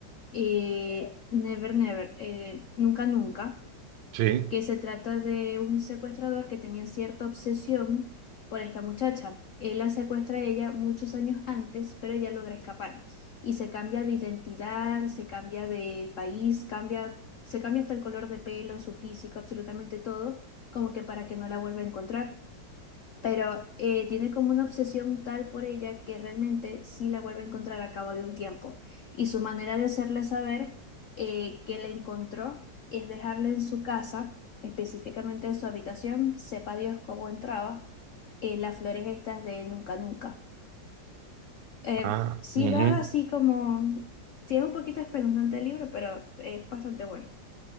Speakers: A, on the left; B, on the right.
A: eh, Never Never, eh, Nunca Nunca
B: Sí.
A: que se trata de un secuestrador que tenía cierta obsesión por esta muchacha. Él la secuestra a ella muchos años antes, pero ella logra escapar y se cambia de identidad, se cambia de país, cambia, se cambia hasta el color de pelo, su físico, absolutamente todo, como que para que no la vuelva a encontrar pero eh, tiene como una obsesión tal por ella que realmente sí la vuelve a encontrar a cabo de un tiempo. Y su manera de hacerle saber eh, que la encontró es dejarle en su casa, específicamente en su habitación, sepa Dios cómo entraba, eh, las flores estas de Nunca Nunca. Eh,
B: Ah,
A: sí
B: ujú.
A: da así como, sí es un poquito espeluznante el libro, pero es bastante bueno.